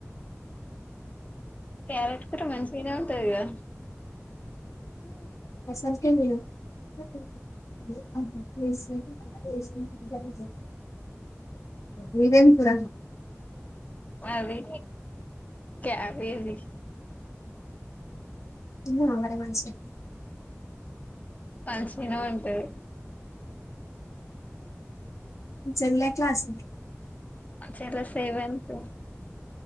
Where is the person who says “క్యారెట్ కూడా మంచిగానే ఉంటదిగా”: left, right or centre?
Left